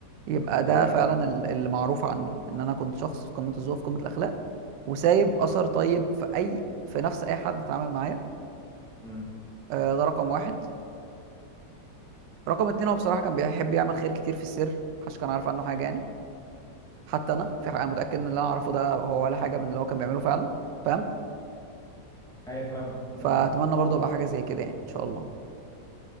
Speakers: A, on the right; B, in the centre.
A: يبقى ده
B: ايوه
A: فعلا ال- اللي معروف عني ان انا كنت شخص في قمه الذوق في قمه الاخلاق وسايب اثر طيب في اي في نفس اي حد اتعامل معايا
B: م.
A: آه، ده رقم واحد رقم اتنين هو بصراحه كان بيحب يعمل خير كتير في السر محدش كان عارف عنه حاجه يعني حتى انا في حاجه انا متاكد ان اللي انا اعرفه ده هو ولا حاجه من اللي هو كان بيعمله فعلا فاهم
B: ايوه فاهمك
A: فاتمنى
B: فاهمك
A: برضه ابقى حاجه زي كده يعني ان شاء الله